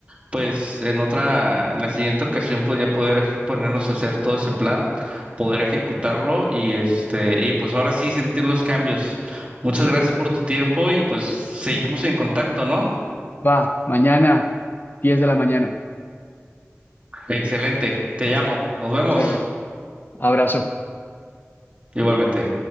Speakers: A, on the right; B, on the left.
A: pues en otra, en la siguiente ocasión, pues ya poder ponernos a hacer todo ese plan, poder ejecutarlo y este, y pues ahora sí sentir los cambios. Muchas gracias por tu tiempo y pues seguimos en contacto, ¿no?
B: Va, mañana, 10 de la mañana.
A: Excelente. Te llamo. Nos vemos.
B: Chévere. Abrazo.
A: Igualmente.